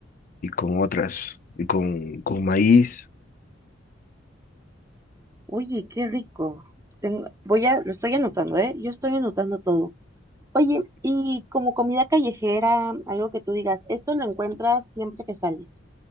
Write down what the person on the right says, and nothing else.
Oye, qué rico. Tengo- voy a, lo estoy anotando, ¿eh? Yo estoy anotando todo. Oye, y como comida callejera, algo que tú digas, esto lo encuentras siempre que sales.